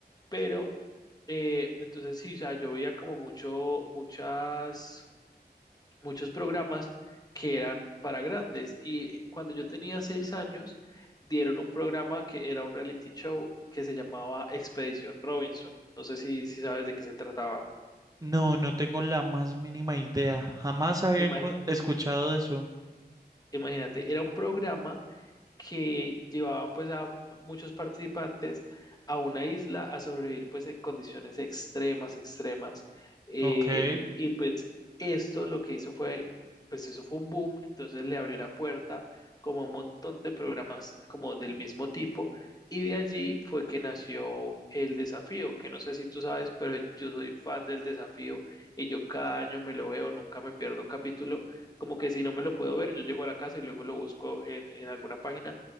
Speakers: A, on the left (about 20°); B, on the right (about 20°).
A: Pero, eh, entonces sí, o sea, yo veía como mucho, muchas muchos programas que eran para grandes. Y cuando yo tenía seis años, dieron un programa que era un reality show que se llamaba Expedición Robinson. No sé si, si sabes de qué se trataba.
B: No, no tengo la más mínima idea. Jamás habían
A: Ima-
B: escuchado de eso.
A: Imagínate, era un programa que llevaban pues a muchos participantes a una isla a sobrevivir pues en condiciones extremas, extremas. Eh,
B: Ok,
A: y pues esto lo que hizo fue, pues eso fue un boom, entonces le abrió la puerta como a un montón de programas como del mismo tipo. Y de allí fue que nació el desafío, que no sé si tú sabes, pero yo soy fan del desafío y yo cada año me lo veo, nunca me pierdo un capítulo como que si no me lo puedo ver, yo llego a la casa y luego lo busco en, en alguna página,